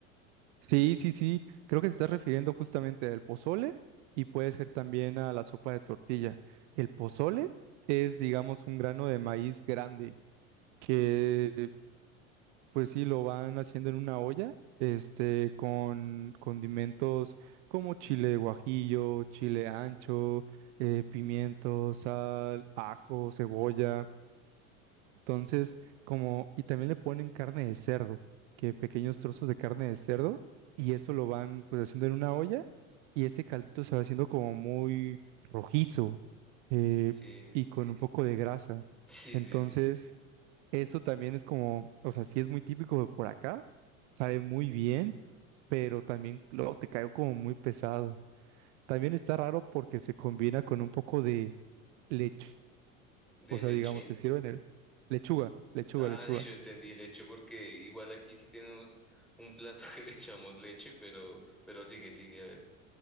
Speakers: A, on the right; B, in the centre.
A: Sí, sí, sí. Creo que te estás refiriendo justamente al pozole y puede ser también a la sopa de tortilla. El pozole es, digamos, un grano de maíz grande que, pues sí, lo van haciendo en una olla, este, con condimentos como chile de guajillo, chile ancho, eh, pimiento, sal, ajo, cebolla. Entonces, como, y también le ponen carne de cerdo, que pequeños trozos de carne de cerdo, y eso lo van pues haciendo en una olla, y ese caldito se va haciendo como muy rojizo, eh,
B: Sí,
A: y con un poco de grasa.
B: <laughs> sí,
A: Entonces,
B: sí, sí.
A: eso también es como, o sea, sí es muy típico de por acá, sabe muy bien, pero también luego te cae como muy pesado. También está raro porque se combina con un poco de leche,
B: ¿De
A: o sea,
B: leche?
A: digamos, te sirven el- lechuga, lechuga,
B: Ah,
A: lechuga
B: <laughs> yo entendí leche porque igual aquí sí tenemos un plato <laughs> que le echamos leche, pero, pero sigue, sigue, a ver.